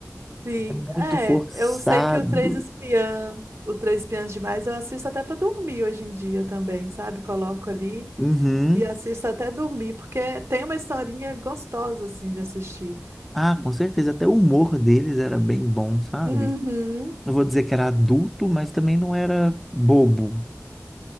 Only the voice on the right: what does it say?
Sim,
é,
eu sei que o Três Espiãs, o Três Espiãs Demais, eu assisto até pra dormir hoje em dia também, sabe? Coloco ali
e assisto até dormir, porque tem uma historinha gostosa, assim, de assistir.
Uhum.